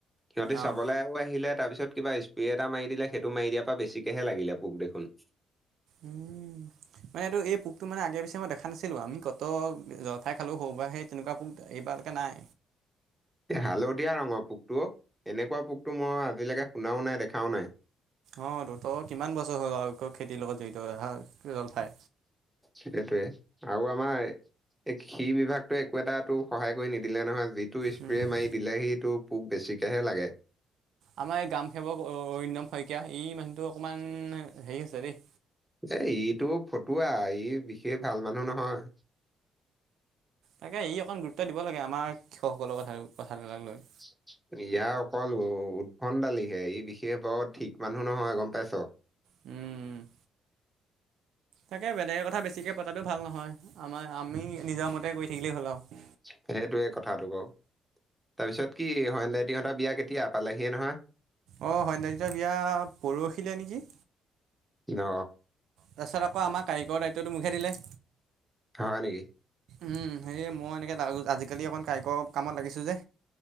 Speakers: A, in the centre; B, on the right (about 80°).
A: সিহঁতি চাবলৈও
B: অঁ
A: আহিলে তাৰপিছত কিবা স্প্ৰে এটা মাৰি দিলে সেইটো মাৰি দিয়াৰ পৰা বেছিকেহে লাগিলে পোক দেখোন
B: উম মানে এইটো এই পোকটো মানে আগে পিছে মই দেখা নাছিলোঁ আমি ক তো জঠাই খালোঁ সৰু বা সেই তেনেকুৱা পোক এইবাৰকে নাই।
A: এ হালধীয়া ৰঙৰ পোকটো অ এনেকুৱা পোকটো মই আজিলৈকে শুনাও নাই দেখাও নাই।
B: অঁ তহতোৰ কিমান বছৰ হ'ল আৰু খেতিৰ লগত জড়িত হৈ অহা।
A: সেইটোৱে, আৰু আমাৰ এ সি বিভাগটো একো এটাতো সহায় কৰি নিদিলে নহয়। যি টো স্প্ৰে
B: উম
A: মাৰি দিলে সি তটো পোক বেছিকেহে লাগে।
B: আমাৰ এই গ্ৰাম সেৱক অৰিণম শইকীয়া ই মানুহটো অকণমান হেৰি আছে দেই।
A: এ ইটো ফটুৱা, ই বিশেষ ভাল মানুহ নহয়।
B: তাকে ই অকণ গুৰুত্ব দিব লাগে আমাৰ কৃষকসকলৰ কথা কথাবিলাক লৈ।
A: <inaudible> ইয়াৰ অকল উৎভন দালিহে, ই বিশেষ বৰ ঠিক মানুহ নহয় গম পাইছ।
B: উম, তাকে বেলেগৰ কথা বেছিকে পতাটো ভাল নহয়, আমাৰ আমি নিজৰ মতে কৰি থাকিলেই হ'ল আৰু।
A: সেইটোয়ে কথাটো ক। তাৰপিছত কি হয়নাই তিহতৰ বিয়া কেতিয়া পালে? সি নহয়
B: অঁ সন্নাজ্যৰ বিয়া পৰহিলে নেকি।
A: অ,
B: তাৰপিছত আকৌ আমাৰ কাৰিকৰ দায়িত্বটো মোকহে দিলে।
A: হয় নেকি।
B: উম হেয়ে মই এনেকে আজিকালি অকণ কাৰিকৰ কামত লাগিছো যে,